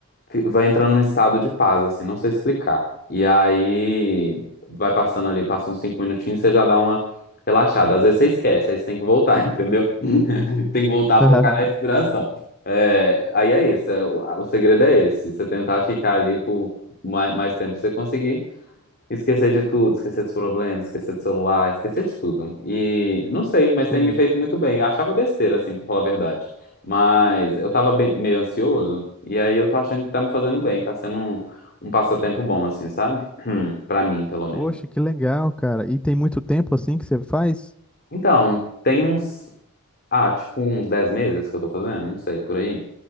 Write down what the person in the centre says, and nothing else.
<laughs>
Sim.
Poxa, que legal, cara. E tem muito tempo assim que você faz?